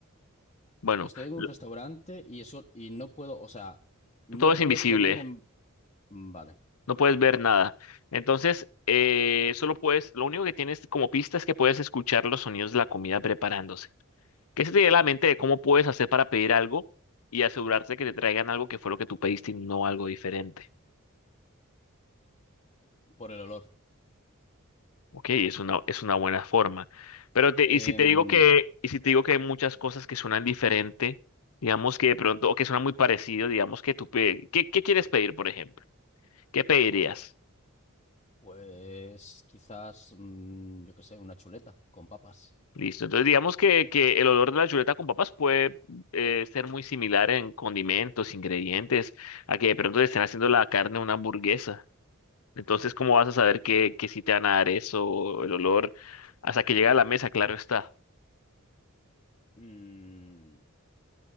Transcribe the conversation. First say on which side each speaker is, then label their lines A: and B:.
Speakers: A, on the left (about 80°); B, on the left (about 30°).
A: Bueno,
B: Estoy en un
A: lo-
B: restaurante y eso, y no puedo, o sea, no
A: todo es
B: puedo
A: invisible,
B: pedir en. mm, Vale,
A: no puedes ver nada. Entonces, eh, solo puedes, lo único que tienes como pista es que puedes escuchar los sonidos de la comida preparándose. ¿Qué se te viene a la mente de cómo puedes hacer para pedir algo y asegurarte que te traigan algo que fue lo que tú pediste y no algo diferente?
B: por el olor.
A: Ok, es una, es una buena forma. Pero te,
B: Em,
A: y si te digo que, y si te digo que hay muchas cosas que suenan diferente, digamos que de pronto, o que suenan muy parecido, digamos que tú pe- ¿qué, qué quieres pedir, por ejemplo? ¿Qué pedirías?
B: pues quizás, mm, yo qué sé, una chuleta con papas.
A: Listo. Entonces, digamos que, que el olor de la chuleta con papas puede eh, ser muy similar en condimentos, ingredientes, a que de pronto le estén haciendo la carne a una hamburguesa. Entonces, ¿cómo vas a saber que, que si te van a dar eso, el olor, hasta que llegue a la mesa, claro está?
B: Mm,